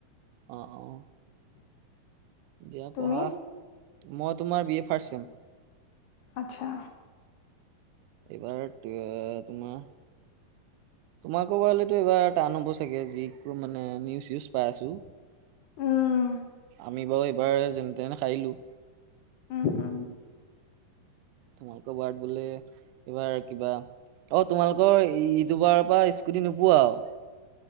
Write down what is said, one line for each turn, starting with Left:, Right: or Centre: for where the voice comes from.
Right: অ', অ'। দিয়া
Left: তুমি
Right: পঢ়া, মই তোমাৰ বি এ ফাৰ্ষ্ট চেম।
Left: আচ্ছা।
Right: এইবাৰ তোমাৰ তোমালোকৰ বাৰলেতো এইবাৰ টান হ'ব চাগে, যি মানে নিউজ চিউজ পাই আছো।
Left: উম
Right: আমি বাৰু এইবাৰ যেনে তেনে সাৰিলো।
Left: উম, উম।
Right: তোমালোকৰ ৱাৰ্ড, বোলে এইবাৰ কিবা অ, তোমালোকৰ ইদ দুবাৰৰ পৰা স্কুটি নোপোৱা আৰু।